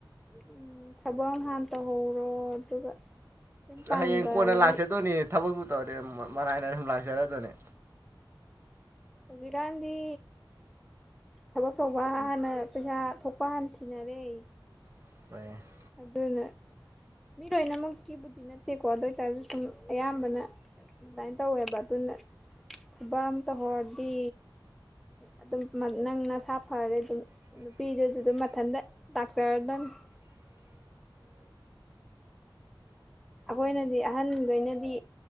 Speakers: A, in the centre; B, on the right.
A: ꯎꯝ ꯊꯕꯛ ꯑꯃ ꯍꯥꯟ ꯇꯧꯍꯧꯔꯣ ꯑꯗꯨꯒ ꯌꯨꯝ ꯄꯥꯟꯕ
B: ꯍꯌꯦꯡ ꯀꯣꯟꯅ
A: ꯍꯥꯏꯁꯤꯗꯤ
B: ꯂꯥꯛꯆꯗꯣꯏꯅꯤ ꯊꯕꯛꯄꯨ ꯇꯧꯔꯗꯤ ꯃ ꯃꯔꯥꯏꯅ ꯑꯗꯨꯝ ꯂꯥꯛꯆꯔꯗꯣꯏꯅꯦ꯫
A: ꯍꯧꯖꯤꯛꯀꯥꯟꯗꯤ ꯊꯕꯛ ꯇꯧꯕ ꯍꯥꯟꯅ ꯄꯩꯁꯥ ꯊꯣꯛꯄ ꯍꯥꯟꯅ ꯊꯤꯅꯔꯦ꯫
B: <unintelligible>
A: ꯑꯗꯨꯅ ꯃꯤ ꯂꯣꯏꯅꯃꯛꯀꯤꯕꯨꯗꯤ ꯅꯠꯇꯦꯀꯣ ꯑꯗꯨ ꯑꯣꯏꯇꯥꯔꯖꯨ ꯁꯨꯝ ꯑꯌꯥꯝꯕꯅ ꯑꯗꯨꯃꯥꯏ ꯇꯧꯋꯦꯕ ꯑꯗꯨꯅ ꯊꯕꯛ ꯑꯃ ꯇꯧꯍꯧꯔꯗꯤ ꯑꯗꯨꯝ ꯅꯪ ꯅꯁꯥ ꯐꯔꯦ ꯑꯗꯨꯝ ꯅꯨꯄꯤꯗꯨꯖꯨ ꯑꯗꯨꯝ ꯃꯊꯟꯇ ꯂꯥꯛꯆꯔꯗꯝꯃꯤ꯫ <inaudible> ꯑꯩꯈꯣꯏꯅꯗꯤ ꯑꯍꯟꯒꯩꯅꯗꯤ